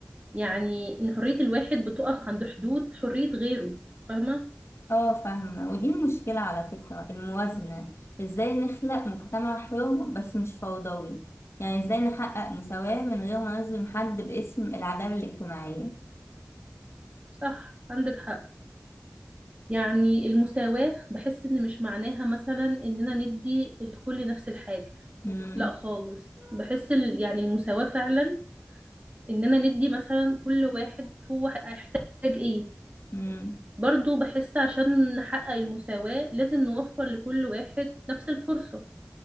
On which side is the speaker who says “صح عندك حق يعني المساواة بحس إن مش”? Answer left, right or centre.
Right